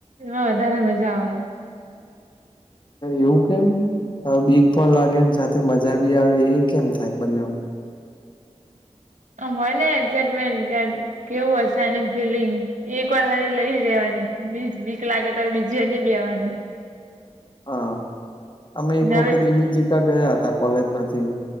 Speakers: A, on the right; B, on the left.
A: એમાં વધારે મજા આવે
B: એવું કેમ બીક પણ લાગે ને સાથે મજા બી આવે એ કેમ થાય બંને
A: હોયને એકક્સાઈટમેન્ટ કેવું હશે આની ફિલિંગ એક વાર હારી લઈ લેવાની બીક લાગે તો બીજી વાર ની બેહવાનું
B: <inaudible> હા અમે એક
A: નવે
B: વખત ઇમેીઝિકા ગયા હતા કોલેજ માંથી